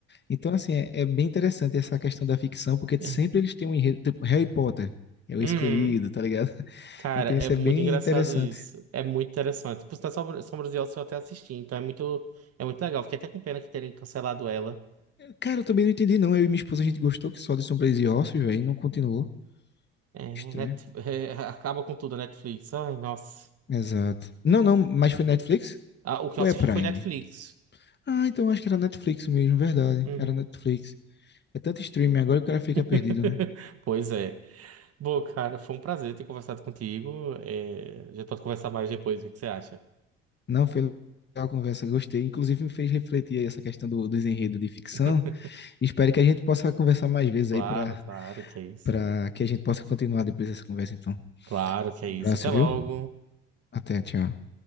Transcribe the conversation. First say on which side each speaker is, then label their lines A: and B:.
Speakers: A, on the left; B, on the right.
A: Então, assim, é, é bem interessante essa questão da ficção, porque
B: É.
A: sempre eles têm um enredo, tipo Harry Potter, é
B: Uhum.
A: o escolhido, tá ligado? <laughs>
B: Cara,
A: Então
B: é
A: isso
B: muito
A: é bem
B: engraçado
A: interessante.
B: isso. É muito interessante. Por sinal, Sombra- Sombras de Oz eu até assisti, então é muito, é muito legal. Fiquei até com pena que terem cancelado ela.
A: Cara, eu também não entendi, não. Eu e minha esposa, a gente gostou que só de Sombras e Ossos, velho, e não continuou.
B: É,
A: Estranho.
B: né, Net- <laughs> é, acaba com tudo a Netflix. Ai, nossa.
A: Exato. Não, não, mas foi Netflix?
B: Ah, o que
A: Ou
B: eu assisti
A: é Prime?
B: foi Netflix.
A: Ah, então acho que era Netflix mesmo, verdade.
B: Uhum.
A: Era Netflix. É tanto streaming agora que o cara fica
B: <laughs>
A: perdido, né?
B: Pois é. Bom, cara, foi um prazer ter conversado contigo. É, a gente pode conversar mais depois, o que que você acha?
A: Não, foi legal a conversa, gostei. Inclusive me fez refletir aí essa questão do, do desenredo de ficção.
B: <laughs>
A: Espero que a gente possa conversar mais vezes
B: Claro,
A: aí para
B: claro que é isso.
A: para que a gente possa continuar depois dessa conversa, então.
B: Claro que
A: Um
B: é isso.
A: abraço,
B: Até logo.
A: viu? Até, tchau.